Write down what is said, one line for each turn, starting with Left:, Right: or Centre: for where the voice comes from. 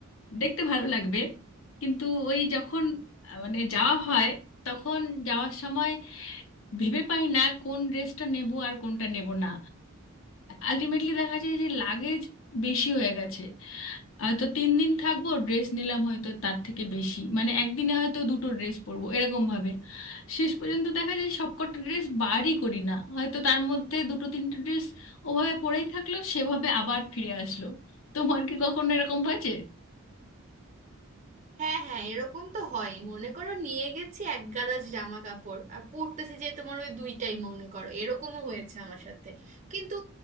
Left: দেখতে ভালো লাগবে কিন্তু ওই যখন আহ, মানে যাওয়া হয় তখন যাওয়ার সময় ভেবে পাই না কোন ড্রেসটা নেব আর কোনটা নেব না আলটিমেটলি দেখা যায় যে লাগেজ বেশি হয়ে গেছে আহ, তো তিন দিন থাকবো ড্রেস নিলাম হয়তো তার থেকে বেশি মানে একদিনে হয়তো দুটো ড্রেস পরবো এরকম ভাবে শেষ পর্যন্ত দেখা যায় সবকটা ড্রেস বারই করি না হয়তো তার মধ্যে দুটো তিনটে ড্রেস ওভাবে পরেই থাকলো সেভাবে আবার ফিরে আসলো তোমার কি কখনো এরকম হয়েছে
Right: হ্যাঁ হ্যাঁ এরকম তো হয় মনে করো নিয়ে গেছি এক গাদা জামা কাপড় আর পড়তেছে যে তোমার ওই দুইটাই মনে করো এরকমও হয়েছে আমার সাথে কিন্তু